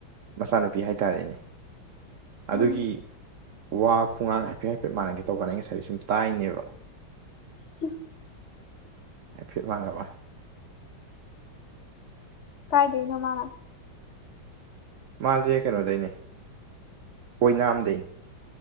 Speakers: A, on the right; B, on the left.
A: ꯃꯆꯥꯅꯨꯄꯤ ꯍꯥꯏꯇꯥꯔꯦꯅꯦ ꯑꯗꯨꯒꯤ
B: ꯎꯝ
A: ꯋꯥ ꯈꯣꯡꯒꯥꯡ ꯍꯥꯏꯐꯦꯠ ꯍꯥꯏꯐꯦꯠ ꯃꯥꯟꯅꯒꯦ ꯇꯧꯕꯅ ꯑꯩ ꯉꯁꯥꯏ ꯁꯨꯝ ꯇꯥꯏꯅꯦꯕ
B: <unintelligible>
A: ꯍꯥꯢꯐꯤꯠ ꯃꯥꯟꯅꯕ
B: ꯀꯥꯏꯗꯩꯅꯣ ꯃꯥꯅ
A: ꯃꯥꯖꯦ ꯀꯩꯅꯣꯗꯩꯅꯦ ꯑꯣꯏꯅꯥꯝ ꯗꯩꯅꯦ